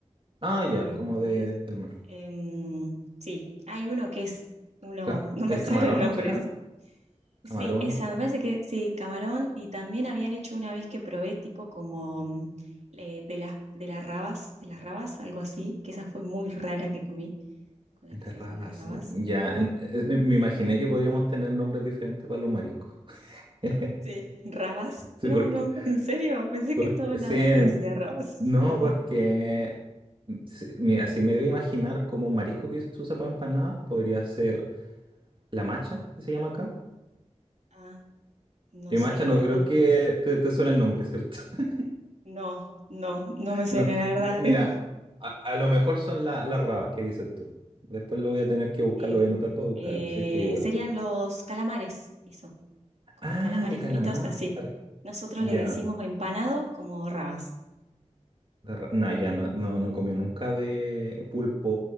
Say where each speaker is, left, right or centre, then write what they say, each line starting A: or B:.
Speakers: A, on the right; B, on the right.
A: Ah,
B: Y
A: ya,
B: después,
A: como de, de- del mar.
B: em, sí, hay uno que es, uno,
A: Ca-
B: <laughs> no
A: ¿El
B: me sale
A: camarón
B: el nombre.
A: será?
B: Sí,
A: Camarón
B: Sí, esa, me parece que sí, camarón. Y también habían hecho una vez que probé tipo como mm, eh, de las, de las rabas, de las rabas, algo así, que esa fue muy rara que comí, con la
A: de
B: que se
A: rabas.
B: hacen las rabas.
A: Ya, en- eh, me, me imaginé que podríamos tener nombres diferentes para los mariscos. <laughs>
B: Sí. ¿Rabas?
A: Sí,
B: No,
A: porque,
B: no, en serio, pensé
A: porque-
B: que en todos
A: sí,
B: lados
A: em,
B: se decía rabas.
A: no, porque
B: <laughs>
A: mm, si- mira, si me voy a imaginar como un marisco que se usa para empanadas, podría ser la macha, que se llama acá.
B: Ah, no
A: Y
B: sé
A: macha no
B: cuál.
A: creo que te, te suene el nombre, ¿cierto? <laughs>
B: No, no, no me suena
A: No,
B: la verdad.
A: m- mira,
B: <laughs>
A: a, a lo mejor son la- las rabas que dices tú. Después lo voy a tener que buscar,
B: Sí.
A: lo voy a anotar para buscarlo,
B: Eh,
A: así es que igual.
B: serían los calamares, eso, como
A: Ah,
B: calamares
A: de calamar.
B: fritos así. Nosotros
A: Ya.
B: le decimos empanado como rabas.
A: De ra- Nah, ya no, no, no he comido nunca de pulpo